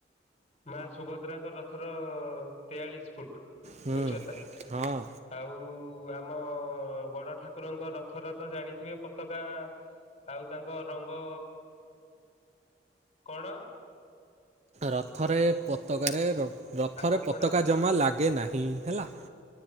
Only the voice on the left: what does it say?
ମା ସୁଭଦ୍ରାଙ୍କ ରଥର ତେୟାଳିଶ ଫୁଟ
ଉଚ୍ଚତା।
ଆଉ ଆମ ବଡ ଠାକୁରଙ୍କ ରଥର ତ ଜାଣିଥିବେ ପତାକା ଆଉ ତାଙ୍କ ରଙ୍ଗ କଣ?
ଆଉ କପଡା